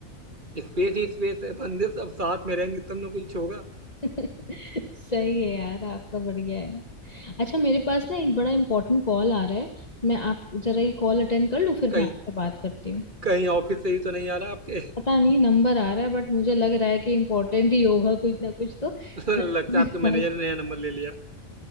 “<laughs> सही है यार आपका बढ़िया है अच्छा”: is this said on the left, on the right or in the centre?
Left